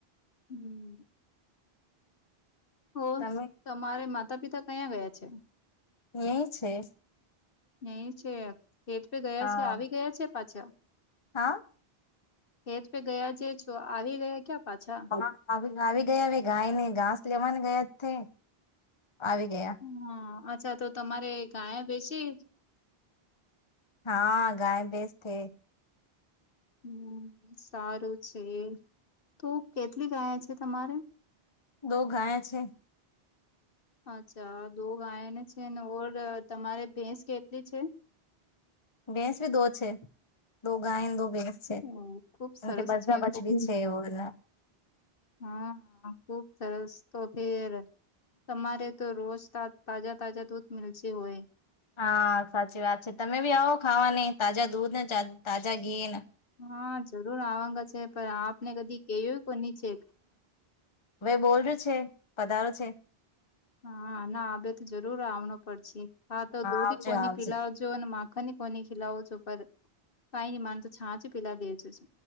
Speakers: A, on the left (about 60°); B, on the left (about 30°).
A: હમ હો
B: તમે
A: તમારે માતા પિતા કયાં ગયા છે
B: એ છે.
A: એહિ છે ખેત પે ગયા
B: હા
A: છે આવી ગયા છે પાછા.
B: હા.
A: હેત પે ગયા જે છો આવી ગયા ક્યા પાછા?
B: હા આવી ગયા હવે ગાય ને ઘાસ લેવાની ગયા છે. આવી ગયા.
A: હા અચ્છા તો તમારે ગાય વેચી
B: હા ગાય ભેસ છે.
A: હમ્મ, સારું છે તો કેટલી ગયા છે તમારે?
B: દો ગયા છે.
A: <inaudible> અચ્છા દો ગાયને છે ને ઓર તમારે ભેંસ કેટલી છે?
B: ભેંસ ભી દો છે. દો ગાય દો ભેંસ. છે.
A: હમ ખુબ
B: <unintelligible>
A: સરસ છે
B: બી છે ઓલા.
A: હમ્મ ખુબ સરસ તો ફે તમારે તો રોજ તાજા તાજા દૂધ મલશે હોય.
B: હા સાચી વાત છે. તમે બી આવો ખાવાની તાજા દૂધ ને તાજા ઘી ને.
A: હા જરૂર આવાંગ છે પણ આપને કદી કેવય કોની છે.
B: હવે બોલ્ડ છે પધારો છે.
A: હા ના આ બેે તો જરૂર આવણ પડશે હા તો દૂધ
B: આવજો
A: કોની
B: આવજો
A: પિલાઓ. જો માખણ ની કોની ખીલાવ છો ઉપર કઈ ની માન તો છાંચ પીલા દેજો છ.